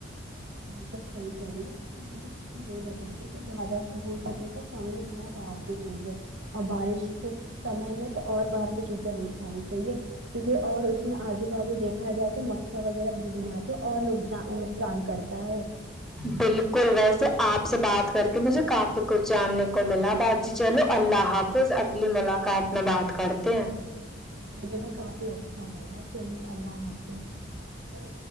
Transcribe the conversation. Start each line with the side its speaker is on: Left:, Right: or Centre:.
Right: بالکل صحیح کہ رہی ہے یہ نہیں بتاتے کہ زیادہ ہو سکے تو کم ہی کھائے باہر کی چیزیں اور بارش اسمے میں تو اور باہر کی چیزیں نہیں کھانی چاہیے کیونکہ اور اس نے آجو بازو دیکھ کھا جاتا مچھا وغیرہ بھی دناتے اور نقصان کرتا ہے
Centre: بالکل ویسے آپ سے بات کر کے مجھے کافی کچھ جاننے کو ملا بات جی چلو اللہ حافظ اگلی ملاقات میں بات کرتے ہیں
Right: مجھے بھی کافی اچھا لگا چلے اللہ حافظ